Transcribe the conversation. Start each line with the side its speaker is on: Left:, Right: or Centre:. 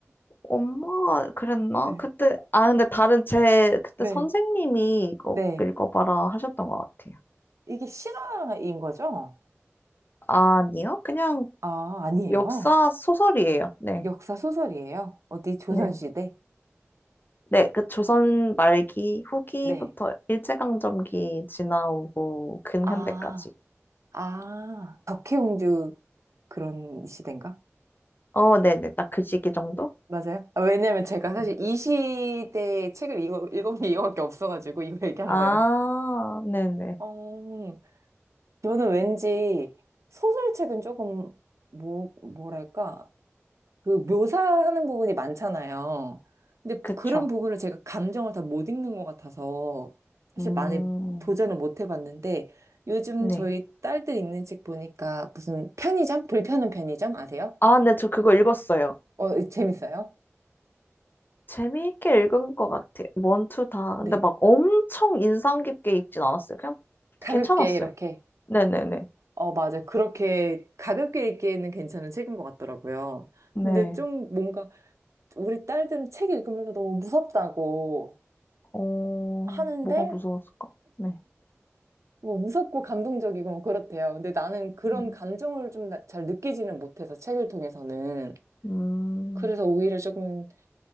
Left: 엄마가 그랬나?
Right: 네.
Left: 그때, 아, 근데 다른 제, 그때
Right: 네.
Left: 선생님이 이거
Right: 네.
Left: 꼭 읽어봐라 하셨던 것 같아요.
Right: 이게 실화인 거죠?
Left: 아니요? 그냥
Right: 아, 아니에요.
Left: 역사 소설이에요. 네.
Right: 역사 소설이에요. 어디 조선시대?
Left: 네. 네, 그 조선 말기 후기부터
Right: 네.
Left: 일제강점기 지나오고 근현대까지.
Right: 아, 아, 덕혜옹주 그런 시대인가?
Left: 어, 네네. 딱 그 시기 정도?
Right: 맞아요? 아, 왜냐면 제가
Left: 네.
Right: 사실 이 시대의 책을 읽어, 읽은 게 이거밖에 없어가지고 이거 얘기한
Left: 아,
Right: 거예요.
Left: 네네.
Right: 어, 저는 왠지 소설책은 조금 뭐, 뭐랄까, 그 묘사하는 부분이 많잖아요. 근데
Left: 그쵸.
Right: 그런 부분을 제가 감정을 다 못 읽는 것 같아서 사실
Left: 음,
Right: 많이 도전을 못 해봤는데 요즘
Left: 네.
Right: 저희 딸들 읽는 책 보니까 무슨 편의점? 불편한 편의점 아세요?
Left: 아, 네, 저 그거 읽었어요.
Right: 어, 재밌어요?
Left: 재미있게 읽은 것 같아요. 원투 다. 근데
Right: 네.
Left: 막 엄청 인상 깊게 읽진 않았어요. 그냥
Right: 가볍게
Left: 괜찮았어요.
Right: 이렇게.
Left: 네네네.
Right: 어, 맞아. 그렇게 가볍게 읽기에는 괜찮은 책인 것 같더라고요.
Left: 네.
Right: 근데 좀 뭔가 우리 딸들은 책 읽으면서 너무 무섭다고
Left: 어,
Right: 하는데
Left: 뭐가 무서웠을까? 네.
Right: 뭐 무섭고 감동적이고 뭐 그렇대요. 근데 나는 그런
Left: 음,
Right: 감정을 좀 잘 느끼지는 못해서 책을 통해서는.
Left: 음,
Right: 그래서 오히려 조금